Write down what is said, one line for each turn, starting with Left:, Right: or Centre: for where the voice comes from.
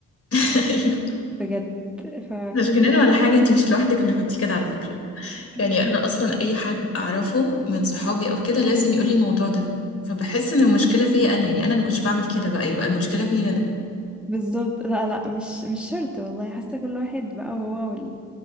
Left: <laughs> ايوه
Centre: بجد ف
Left: مش جنان ولا حاجه انت مش لوحدك اللي كنتي كده على فكره يعني
Centre: <laughs>
Left: انا اصلا اي حد اعرفه من صحابي او كده لازم يقولي الموضوع ده فبحس ان المشكله فيا انا يعني انا اللي كنتش بعمل كده بقى يبقى المشكله فيا انا
Centre: بالظبط لا لا مش مش شرط والله حاسة كل واحد بقى وهو وال...